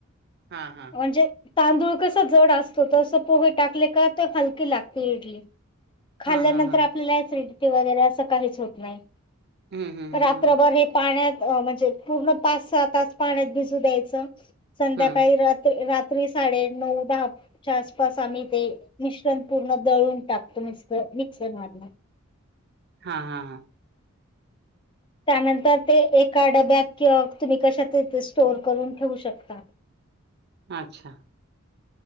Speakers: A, on the right; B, on the left.
A: हा हा
B: म्हणजे तांदूळ कस जड असतो तर पोहे टाकले का तर हलकी लागते इडली खाल्ल्यानंतर
A: हा हा हा
B: आपल्यालाच रिडते वगैरे असं काहीच होत नाही
A: हम्म हम्म हम्म
B: रात्रभर
A: हम्म
B: पाण्यात म्हणजे पूर्ण पाच सहा तास पाण्यात भिजू द्यायचं संध्याकाळी
A: हम्म
B: रात्री साडे नऊ दहा आसपास आम्ही ते मिश्रण पूर्ण दळून टाकतो म् मिक्सर मारून
A: हा हा हा
B: त्यानंतर ते एका डब्यात किं तुम्ही कशात स्टोअर करून ठेवू शकता.
A: अच्छा